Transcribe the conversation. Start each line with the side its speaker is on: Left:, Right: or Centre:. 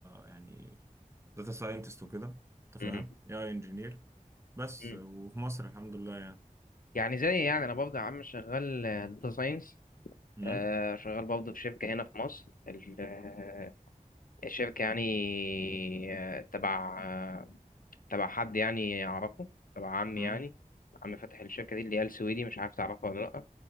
Right: يعني داتا ساينتست وكده انت
Left: امم
Right: فاهم اي اي انجينير بس
Left: امم
Right: وفي مصر الحمد لله يعني
Left: يعني زي يعني انا برضه يا عم شغال داتا ساينس
Right: امم
Left: آه شغال برضه في شركه هنا في مصر ال- آه، الشركه يعني آه، تبع آه، تبع حد يعني اعرفه تبع عمي
Right: امم
Left: يعني عم فتح الشركه دي اللي هي السويدي مش عارف تعرفه ولا لا